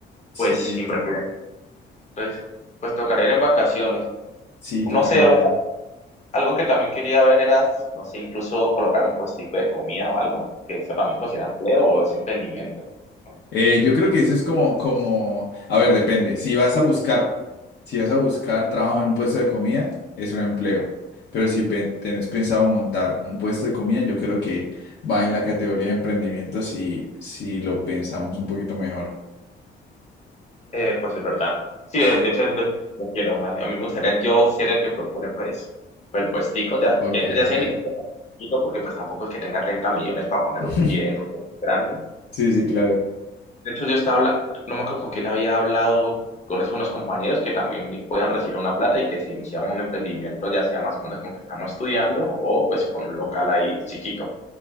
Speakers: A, on the left (about 60°); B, on the left (about 35°).
A: Sí,
B: pues
A: literalmente.
B: invertir. Entonces, pues tocaría ir en vacaciones.
A: Sí,
B: No
A: tocaría
B: sé,
A: ver.
B: algo que también quería ver era, no sé, incluso colocar un puestico de comida o algo, que eso también considera empleo o es emprendimiento. No,
A: Eh,
B: no sé.
A: yo creo que eso es como, como, a ver, depende. Si vas a buscar, si vas a buscar trabajo en un puesto de comida, es un empleo. Pero si pen- tenés pensado montar un puesto de comida, yo creo que va en la categoría de emprendimiento si, si lo pensamos un poquito mejor.
B: Eh, pues es verdad. Sí,
A: <laughs>
B: de de hecho, entonces no quiero más. A mí me gustaría yo ser el que propone, pues, pues el puestico. Ya,
A: Ok,
B: ya, ya se
A: ok.
B: inició con poquito, porque pues tampoco es que tenga 30 millones para poner
A: <laughs>
B: un pie en un lugar grande.
A: Sí, sí, claro.
B: De hecho, yo estaba hablando, no me acuerdo con quién había hablado, con esos unos compañeros que también i- podían recibir una plata y que si iniciaban un emprendimiento, ya sea más o menos como que estamos estudiando o pues con un local ahí chiquito.